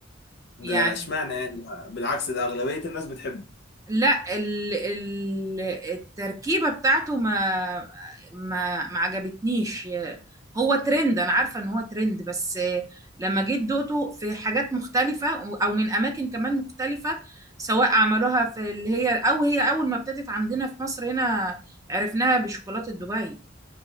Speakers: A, on the left (about 55°); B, on the right (about 15°).
A: ده
B: يعني
A: اشمعنى يعني بالعكس ده أغلبية الناس بتحبه
B: لا ال ال التركيبة بتاعته ما ما ما عجبتنيش هو ترند انا عارفة ان هو ترند بس لما جيت دقته في حاجات مختلفة او من اماكن كمان مختلفة سواء عملوها في اللي هي او هي اول ما ابتدت عندنا في مصر هنا عرفناها بشوكولاتة دبي